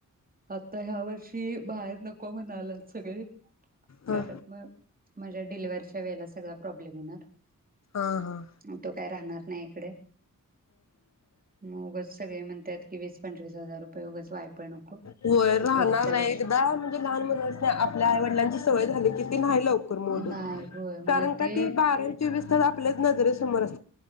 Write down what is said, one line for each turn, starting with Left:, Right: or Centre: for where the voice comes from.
Right: आता ह्या वर्षी बाहेर नको म्हणालेत सगळे कारण
Left: ह
Right: मग माझ्या डिलेवारीच्या वेळेला सगळा प्रॉब्लेम होणार
Left: हा हा
Right: तो काय राहणार नाही इकडे मग उगच सगळे म्हणतात की वीस पंचवीस हजार रुपये उगच वायफळ नको
Left: वय राहणार
Right: पुढच्या
Left: नाही
Right: वर्षी
Left: एकदा म्हणजे लहान मुलांच आपल्या आईवडिलांची सवय झाली की नाही लवकर मोडत
Right: नाही होय मग
Left: कारण
Right: ते
Left: का बा <unintelligible> वीस तास आपल्याच नजरे समोर असत्यात